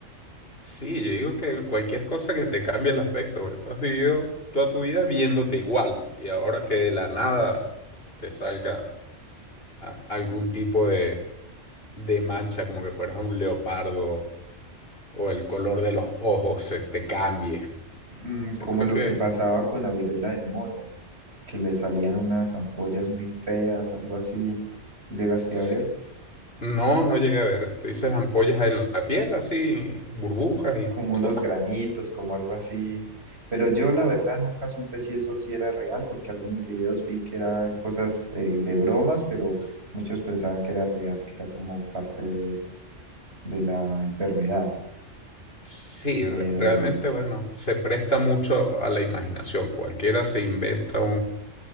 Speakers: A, on the left (about 50°); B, on the right (about 55°).
A: Sí, yo digo que cualquier cosa que te cambie el aspecto, güey. Tú has vivido toda tu vida viéndote igual y ahora que de la nada te salga a- algún tipo de, de mancha, como que fueras un leopardo o el color de los ojos se te cambie.
B: Mm,
A: Yo
B: Como
A: creo
B: lo
A: que
B: que pasaba con la viruela del mono. que le salían unas ampollas muy feas, algo así. Tú llegaste
A: sí.
B: a ver
A: No, no llegué a ver. Tú dices ampollas en la piel, así, burbujas y...
B: como
A: ¡fua!
B: unos granitos, como algo así. Pero yo la verdad nunca supe si eso sí era real, porque algunos videos vi que era cosas eh, de bromas, pero muchos pensaban que era real, que era como parte de, de la enfermedad.
A: Sí,
B: Pero,
A: re- realmente, bueno, se presta mucho a la imaginación. Cualquiera se inventa